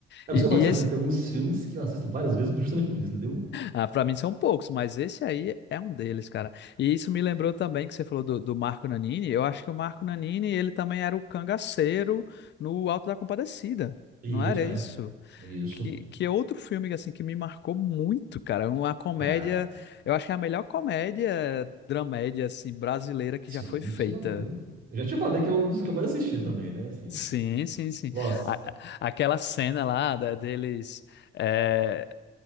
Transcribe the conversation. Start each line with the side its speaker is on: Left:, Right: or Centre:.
Right: É por
Left: E,
Right: isso que eu falo
Left: e
Right: que
Left: esse,
Right: assim, tem alguns filmes que eu assisto várias vezes justamente por isso, entendeu?
Left: ah, pra mim são poucos, mas esse aí é um deles, cara. E isso me lembrou também que você falou do, do Marco Nanini. Eu acho que o Marco Nanini, ele também era o cangaceiro no Alto da Compadecida.
Right: Isso,
Left: Não era isso?
Right: é. Isso.
Left: Que, que é outro filme assim que me marcou muito, cara. É Uma comédia,
Right: Cara,
Left: eu acho que é a melhor comédia dramédia assim brasileira que
Right: sim,
Left: já foi feita.
Right: você tá doido. Eu já te falei que é um dos que eu mais assisti também, né? Assim,
Left: Sim, sim, sim.
Right: nossa,
Left: A- a- aquela cena lá da- deles, é,